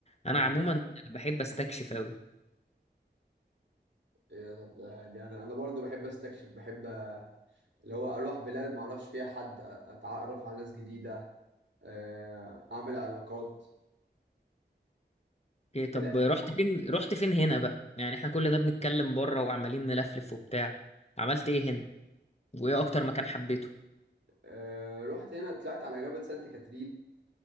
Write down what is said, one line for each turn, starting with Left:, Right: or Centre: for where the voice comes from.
Right: اه
Left: أنا عموما بحب أستكشف قوي
Right: ايه ده طب ده ده انا انا برضو بحب استكشف بحب آه، اللي هو اروح بلاد ما اعرفش فيها حد أ- اتعرف على ناس جديده آه، اعمل علاقات
Left: إيه
Right: كده
Left: طب
Right: يعني
Left: رحت فين رحت فين هنا بقى يعني إحنا كل ده بنتكلم بره وعمالين نلفلف وبتاع عملت إيه هنا وإيه أكتر مكان حبيته
Right: آه، رحت هنا طلعت على جبل سانت كاترين